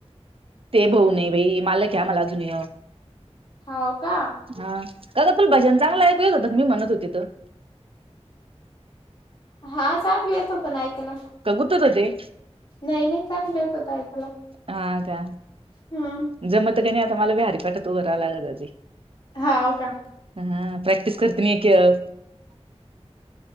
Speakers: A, on the right; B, on the left.
A: ते भाऊ नयी बाई, मालकय आम्हाला एक
B: हाव का?
A: हा का ग तुला भजन चांगला ऐकू येत होतं मी म्हणत होते तर <inaudible>
B: हां चांगल, येत होत ना, ऐकायला.
A: क, गुतत ते?
B: नहीं-नहीं चांगल, येत होत ऐकायला.
A: हां का,
B: हम्म
A: जमत क नही, आता माला बी हरीपाटात, उभं राह लागत, <unintelligible> अजे
B: हाव, का?
A: हं, प्रॅक्टिस करते, मी एक येळ